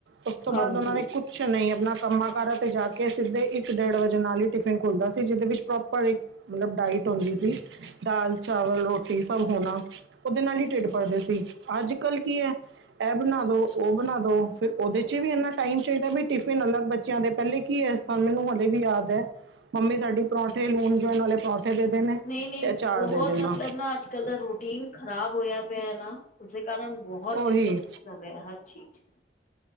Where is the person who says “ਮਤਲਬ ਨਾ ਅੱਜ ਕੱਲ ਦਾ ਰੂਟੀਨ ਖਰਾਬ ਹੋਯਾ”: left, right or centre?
Left